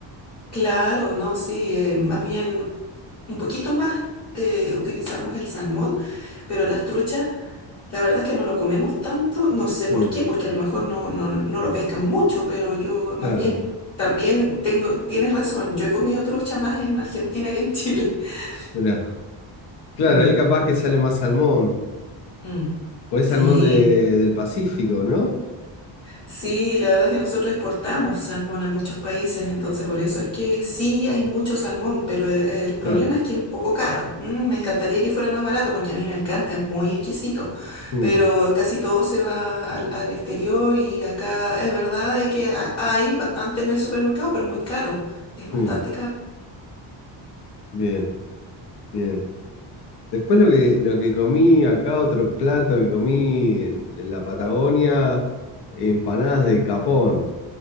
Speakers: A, on the left; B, on the left.
A: Claro, no, sí, eh, más bien un poquito más eh, utilizamos el salmón, pero las truchas. La verdad es que no lo comemos tanto, no sé por
B: Mm,
A: qué, porque a lo mejor no, no, no lo pescan mucho, pero yo más
B: claro,
A: bien también tengo, tienes razón, yo he comido trucha más en Argentina que en Chile. <laughs>
B: mira. Claro,
A: Mm,
B: ahí capaz que sale más salmón.
A: mm.
B: Pues
A: Sí.
B: salmón de- del Pacífico, ¿no?
A: Sí, la verdad es que nosotros exportamos salmón a muchos países, entonces por eso es que sí hay mucho salmón, pero el, el problema
B: Claro.
A: es que es un poco caro. Mm, me encantaría que fuera más barato porque a mí me encanta, es muy exquisito,
B: Mm,
A: pero casi todo se va al, al exterior y acá es verdad de que ha- hay bastante en el supermercado, pero muy caro, es bastante
B: mm,
A: caro.
B: bien, bien. Después lo que, lo que comí acá, otro plato que comí en, en la Patagonia, empanadas de capón.